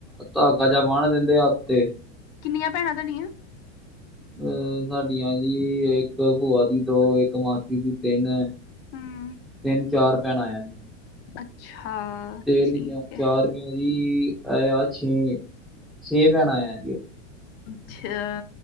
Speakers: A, in the centre; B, on the left.
A: ਧਾਗਾ ਜ ਬਾਹਨ ਦਿੰਦੇ ਹੱਥ ਤੇ
B: ਕਿੰਨੀਆਂ ਭੈਣਾਂ ਤਾਹਡੀਆਂ
A: ਅਹ ਸਾਡੀਆਂ ਜੀ ਇੱਕ ਭੂਆ ਦੀ ਦੋ ਇੱਕ ਮਾਸੀ ਦੀ ਤਿੰਨ
B: ਹਮ
A: ਤਿੰਨ ਚਾਰ ਭੈਣਾਂ ਆ ਜੀ
B: ਅੱਛਾ
A: ਤਿੰਨ
B: ਠੀਕ
A: ਕਿਉਂ
B: ਹੈ
A: ਚਾਰ ਕਿਉਂ ਆ <unintelligible> ਛੇ ਛੇ ਭੈਣਾਂ ਆ
B: ਅੱਛਾ।